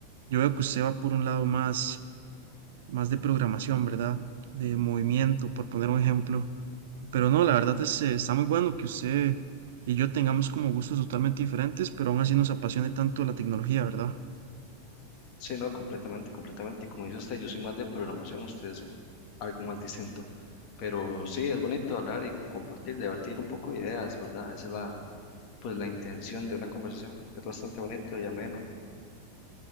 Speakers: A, on the right; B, on the left.
A: Yo veo que usted va por un lado más, más de programación, ¿verdad? De movimiento, por poner un ejemplo. Pero no, la verdad es, eh, está muy bueno que usted y yo tengamos como gustos totalmente diferentes, pero aún así nos apasione tanto la tecnología, ¿verdad?
B: Sí, no, completamente, completamente. Como dice usted, yo soy más de programación, usted es algo más distinto. Pero sí, es bonito hablar y compartir, debatir un poco de ideas, ¿verdad? Esa es la, pues la intención de una conversación. Es bastante bonito y ameno.